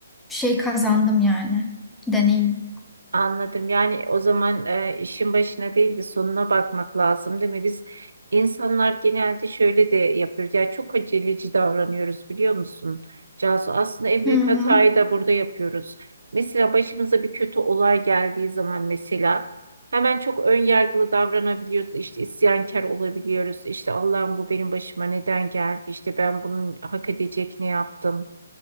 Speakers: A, in the centre; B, on the right (about 65°).
A: şey kazandım yani. Deneyim.
B: Anladım. Yani o zaman e, işin başına değil de sonuna bakmak lazım, değil mi? Biz insanlar genelde şöyle de yapıyoruz. Yani çok aceleci davranıyoruz, biliyor musun? Cansu aslında en
A: Hı
B: büyük
A: hı.
B: hatayı da burada yapıyoruz. Mesela başımıza bir kötü olay geldiği zaman mesela hemen çok ön yargılı davranabiliyoruz. İşte isyankar olabiliyoruz. İşte Allah'ım bu benim başıma neden geldi? İşte ben bunun hak edecek ne yaptım?